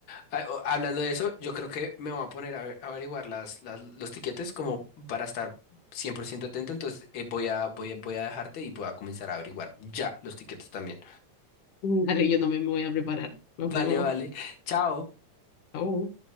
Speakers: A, on the left; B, on the left.
A: Ah, o- Hablando de eso, yo creo que me voy a poner a, ver- a averiguar las, las- los tiquetes como para estar 100% atento. Entonces, eh, voy a, voy a, voy a dejarte y voy a comenzar a averiguar ya los tiquetes también.
B: Dale, yo también me voy a preparar. Nos
A: Vale,
B: vemos.
A: vale. <laughs> Chao.
B: Chau.